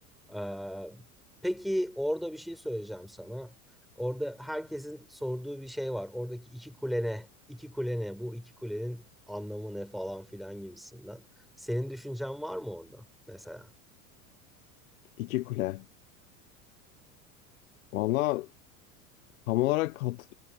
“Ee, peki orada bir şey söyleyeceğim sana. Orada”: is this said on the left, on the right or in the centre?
Centre